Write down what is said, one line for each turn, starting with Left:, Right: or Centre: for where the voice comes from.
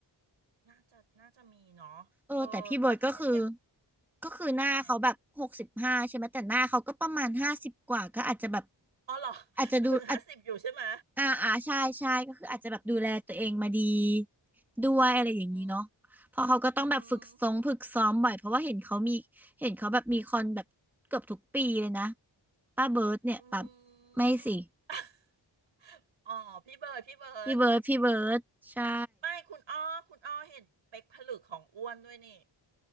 Right: น่าจะน่าจะมีเนาะเออแล้วถ้าเทียบเทียบ
Centre: เออแต่พี่เบิร์ดก็คือก็คือหน้าเขาแบบหกสิบห้าใช่ไหมแต่หน้าเขาก็ประมาณห้าสิบกว่าก็อาจจะแบบ
Right: เป็นไง อ๋อเหรอ <laughs>
Centre: อาจจะดูอา
Right: ก็ถึงห้าสิบอยู่ใช่ไหม
Centre: อ่าอ่าใช่ใช่ก็คืออาจจะแบบดูแลตัวเองมาดีด้วยอะไรอย่างนี้เนาะเพราะเขาก็ต้องแบบฝึกซงฝึกซ้อมบ่อยเพราะว่าเห็นเขามีเห็นเขาแบบมีคอนแบบเกือบทุกปีเลยนะ
Right: อืมอืม
Centre: ป้าเบิร์ดเนี่ยป้า
Right: อื
Centre: ไม่สิ
Right: ม <laughs> อ๋อพี่เบิร์ดพี่เบิร์ด
Centre: พี่เบิร์ดพี่เบิร์ดใช่
Right: ไม่คุณอ้อคุณอ้อเห็นเป๊กผลึกของอ้วนด้วยนี่